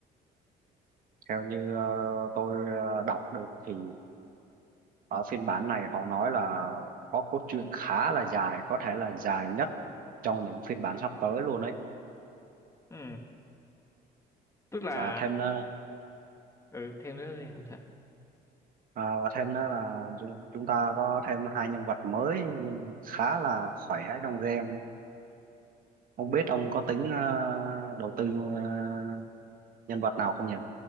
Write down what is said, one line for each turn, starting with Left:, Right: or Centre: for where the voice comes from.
Right: Theo như ờ, tôi ờ, đọc được thì ở phiên bản này họ nói là có cốt truyện khá là dài, có thể là dài nhất trong những phiên bản sắp tới luôn đấy.
Left: Ừ. Tức là
Right: Và thêm nữa,
Left: ừ, thêm nữa thì làm sao?
Right: à, và thêm nữa là chúng, chúng ta có thêm hai nhân vật mới khá là khỏe trong game. Không biết ông có tính ờ, đầu tư ờ, nhân vật nào không nhỉ?